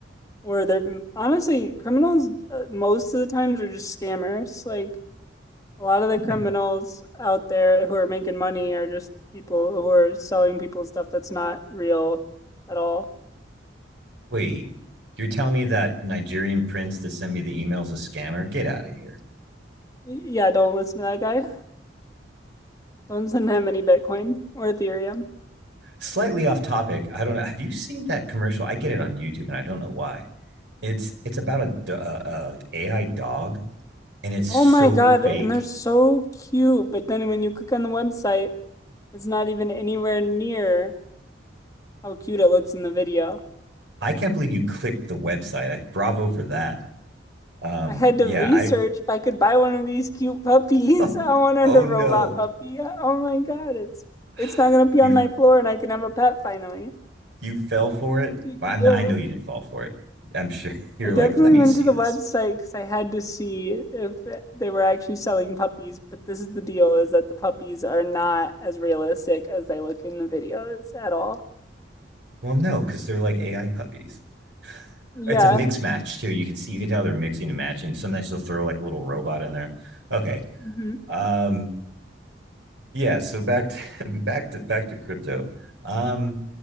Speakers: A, on the left (about 20°); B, on the right (about 70°).
A: or they're honestly criminals. Uh, most of the times are just scammers. Like A lot of the
B: <laughs>
A: criminals out there who are making money are just people who are selling people stuff that's not real at all.
B: Wait, you're telling me that Nigerian prince that sent me the email is a scammer? Get out of here.
A: Yeah, don't listen to that guy. Don't send him any Bitcoin or Ethereum.
B: Slightly off topic. I don't know. Have you seen that commercial? I get it on YouTube, and I don't know why. It's it's about a, a, a AI dog, and it's so
A: Oh my God,
B: fake.
A: and they're so cute. But then when you click on the website, it's not even anywhere near how cute it looks in the video.
B: I can't believe you clicked the website. I bravo for that. Um,
A: I had to
B: yeah,
A: research
B: I
A: if I could buy one of these cute puppies.
B: <laughs> oh,
A: <laughs> I wanted
B: oh
A: a robot
B: no.
A: puppy. Oh my God, it's
B: <sighs>
A: it's not gonna be
B: you
A: on my floor and I can have a pet finally.
B: you fell for it.
A: Big
B: Well,
A: deal.
B: I'm I know you didn't fall for it. I'm sure <laughs> you're
A: I definitely
B: like, let me
A: went
B: see
A: to the
B: this.
A: website because I had to see if they were actually selling puppies. But this is the deal: is that the puppies are not as realistic as they look in the videos at all.
B: Well, no, because they're like AI puppies.
A: Yeah.
B: It's a mix match too. You can see, you can tell they're mixing and matching. Sometimes they'll throw like a little robot in there. Okay.
A: hmm
B: Um. Yeah. So back to <laughs> back to back to crypto. Um.